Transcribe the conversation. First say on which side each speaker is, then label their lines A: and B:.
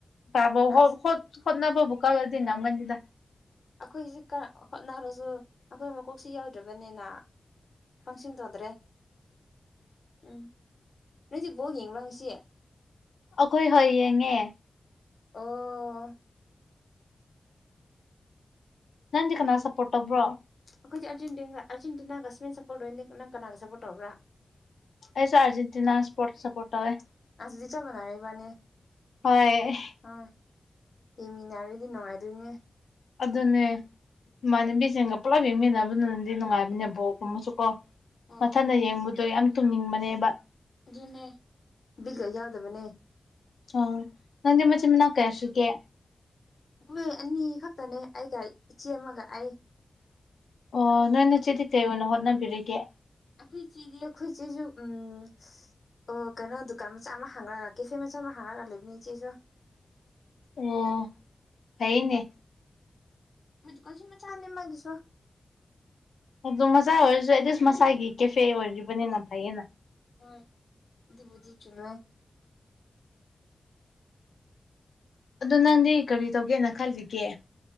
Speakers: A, on the left; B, on the left.
A: ꯇꯥꯕ <unintelligible>
B: ꯑꯁ
A: ꯍꯠꯅꯕ ꯀꯜꯂꯗꯤ ꯅꯝꯒꯅꯤꯗ
B: ꯑꯩꯈꯣꯏꯁꯤ ꯍꯣꯠꯅꯔꯁꯨ ꯑꯩꯈꯣꯏ ꯃꯀꯣꯛꯁꯤ ꯌꯥꯎꯗ꯭ꯔꯕꯅꯤꯅ <unintelligible> ꯇꯧꯗ꯭ꯔꯦ ꯎꯝ ꯅꯣꯏꯗꯤ ꯕꯣꯜ ꯌꯦꯡꯕꯔ ꯉꯁꯤ
A: ꯑꯩꯈꯣꯏ ꯍꯣꯏ ꯌꯦꯡꯉꯦ
B: ꯑꯣ
A: ꯅꯪꯗꯤ ꯀꯅꯥ ꯁꯞꯄꯣꯔꯠ ꯇꯧꯕ꯭ꯔꯣ
B: ꯑꯩꯈꯣꯏꯗꯤ ꯑꯔꯖꯦꯟꯇꯤ ꯑꯥꯔꯖꯦꯟꯇꯤꯅꯥꯒ ꯁꯄꯦꯟ ꯁꯞꯄꯣꯔꯠ ꯑꯣꯏ ꯅꯪ ꯀꯅꯥꯗ ꯁꯄꯣꯔꯠ ꯇꯧꯕ꯭ꯔꯥ
A: ꯑꯩꯁꯨ ꯑꯔꯖꯦꯟꯇꯤꯅꯥ ꯁꯄꯣꯔꯠ ꯁꯄꯣꯔꯠ ꯇꯧꯋꯦ
B: ꯑꯗꯨꯗꯤ ꯆꯞ ꯃꯥꯟꯅꯔꯦ ꯏꯕꯥꯟꯅꯤ
A: ꯍꯣꯏ
B: ꯑꯥ ꯌꯦꯃꯤꯟꯅꯔꯗꯤ ꯅꯨꯡꯉꯥꯏꯗꯣꯏꯅꯦ
A: ꯑꯗꯨꯅꯦ ꯏꯃꯥꯟꯅꯕꯤꯁꯤꯡꯒ ꯄꯨꯂꯞ ꯌꯦꯡꯃꯤꯟꯅꯕꯅ ꯅꯗꯤ ꯅꯨꯡꯉꯥꯏꯕꯅꯦ ꯕꯣꯜꯒꯨꯝꯕꯁꯦ ꯀꯣ
B: ꯍꯣꯏ
A: ꯃꯊꯟꯅ ꯌꯦꯡꯕꯗꯣ ꯌꯥꯝ ꯇꯨꯝꯅꯤꯡꯕꯅꯦꯕ
B: ꯑꯗꯨꯅꯦ ꯕꯤꯠꯒ ꯌꯥꯎꯗꯕꯅꯦ
A: ꯑ ꯅꯪꯗꯤ ꯃꯆꯤꯟ ꯃꯅꯥꯎ ꯀꯌꯥꯁꯨꯒꯦ
B: ꯑꯈꫭꯏ ꯑꯅꯤ ꯈꯛꯇꯅꯦ ꯑꯩꯒ ꯏꯆꯦ ꯑꯃꯒ ꯑꯩ
A: ꯑꯣ ꯅꯣꯏꯅꯆꯦꯗꯤ ꯀꯩ ꯑꯣꯏꯅ ꯍꯣꯠꯅꯕꯤꯔꯤꯒꯦ
B: ꯑꯩꯈꯣꯏ ꯆꯦꯗꯤ ꯑꯩꯈꯣꯏ ꯆꯦꯁꯨ ꯎꯝ ꯑꯣ ꯀꯩꯅꯣ ꯗꯨꯀꯥꯟ ꯃꯆꯥ ꯑꯃ ꯍꯥꯡꯉꯒ ꯀꯦꯐꯦ ꯃꯆꯥ ꯑꯃ ꯍꯥꯡꯉꯒ ꯂꯩꯕꯅꯦ ꯏꯆꯦꯁꯨ
A: ꯑꯣ ꯐꯩꯅꯦ
B: ꯍꫭꯏꯗꯨꯀꯥꯟꯁꯨ ꯃꯆꯥꯅꯤ ꯃꯥꯒꯤꯁꯨ
A: ꯑꯗꯨ ꯃꯆꯥ ꯑꯣꯏꯔꯁꯨ ꯑꯦꯠꯂꯤꯁ ꯃꯁꯥꯒꯤ ꯀꯦꯐꯦ ꯑꯣꯏꯔꯤꯕꯅꯤꯅ ꯐꯩꯌꯦꯅ
B: ꯍꯣꯏ ꯑꯗꯨꯕꯨꯗꯤ ꯆꯨꯝꯃꯦ
A: ꯑꯗꯣ ꯅꯪꯗꯤ ꯀꯔꯤ ꯇꯧꯒꯦꯅ ꯈꯜꯂꯤꯒꯦ